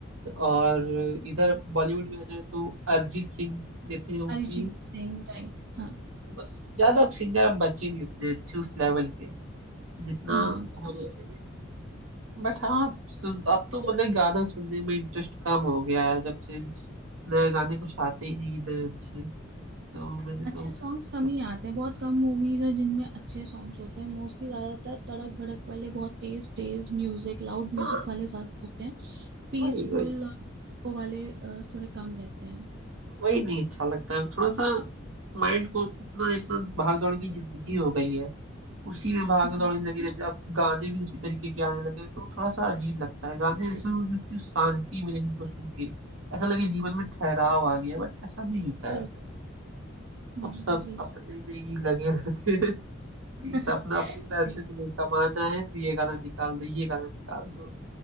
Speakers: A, on the right; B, on the right.
A: और इधर बॉलीवुड में आ जाए तो अरिजीत सिंह देते हैं वो फील
B: अरिजीत सिंह राइट हाँ
A: बस ज्यादा सिंगर अब बचे नहीं उतने अच्छे उस लेवल के जितना
B: हाँ
A: होना चाहिए बट हाँ सुन, अब तो मतलब गाना सुनने में इंटरेस्ट कम हो गया है जब से नए गाने कुछ आते ही नहीं नए अच्छे तो मैंने तो
B: अच्छे सॉन्ग्स कम ही आते हैं बहुत कम मूवीज हैं जिनमें अच्छे सॉन्ग्स होते हैं मोस्टली ज्यादातर तड़क भड़क वाले बहुत तेज तेज म्यूजिक लाउड म्यूजिक
A: हाँ
B: वाले ज्यादा होते हैं पीसफुल
A: वही वही
B: और वो वाले अ, थोड़े कम रहते हैं
A: वही नहीं अच्छा लगता है थोड़ा सा माइंड को इतना इतना भाग दौड़ की जिंदगी हो गई है उसी में भाग
B: जी
A: दौड़ लगी रहती है अब गाने भी उसी तरीके के आने लगे हैं, तो थोड़ा सा अजीब लगता है गाने ऐसे हों जो कि शांति मिले जिनको सुन के ऐसा लगे जीवन में ठहराव आ गया बट ऐसा नहीं होता
B: बिल्कुल
A: है
B: हम्म
A: अब सब
B: जी
A: अपने में ही लगे रहते हैं
B: <laughs>
A: सपना अपने पैसे
B: जी
A: से नहीं कमाना है तो ये गाना निकाल दो ये गाना निकाल दो